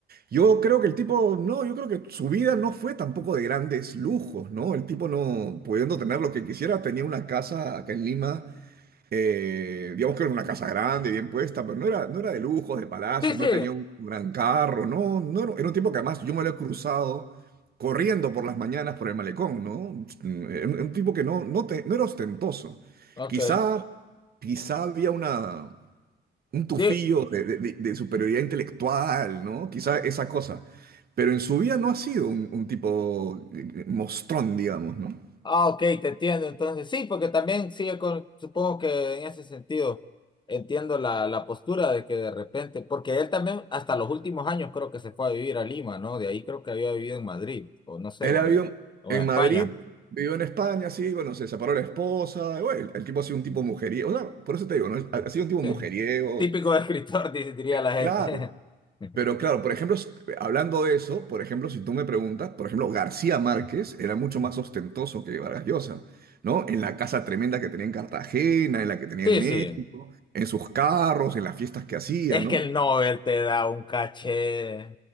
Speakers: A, on the right (about 50°); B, on the left (about 25°).
A: Yo creo que el tipo, no, yo creo que su vida no fue tampoco de grandes lujos, ¿no? El tipo no, pudiendo tener lo que quisiera, tenía una casa acá en Lima eh, digamos que era una casa grande, bien puesta, pero no era, no era de lujos, de palacios,
B: Sí, sí.
A: no tenía un gran carro, no, no, era era un tipo que además yo me lo he cruzado corriendo por las mañanas por el malecón, ¿no? Mm, Era un, un tipo que no, no, te- no era ostentoso.
B: Ok.
A: Quizá, quizá había una, un tufillo
B: Di-
A: de, de- de- de superioridad intelectual, ¿no? Quizá esa cosa. Pero en su vida no ha sido un, un tipo eh, mostrón, digamos, ¿no?
B: ah, ok, te entiendo. Entonces, sí, porque también sigue con, supongo que en ese sentido entiendo la, la postura de que de repente, porque él también hasta los últimos años creo que se fue a vivir a Lima, ¿no? De ahí creo que había vivido en Madrid, o no sé,
A: Él
B: o
A: había
B: en, o
A: en
B: en España.
A: Madrid, vivió en España, sí, bueno, se separó la esposa, y bueno, el, el tipo ha sido un tipo mujeriego, o sea, por eso te digo, ¿no? Ha, ha sido un tipo
B: Sí.
A: mujeriego,
B: Típico <laughs> escritor, di- diría
A: eh,
B: la gente.
A: claro,
B: <laughs>
A: pero claro, por ejemplo, s- eh, hablando de eso, por ejemplo, si tú me preguntas, por ejemplo, García Márquez era mucho más ostentoso que Vargas Llosa, ¿no? En la casa tremenda que tenía en Cartagena, en la que tenía
B: Sí,
A: en México,
B: sí.
A: en sus carros, en las fiestas que hacía,
B: Es
A: ¿no?
B: que el Nobel te da un caché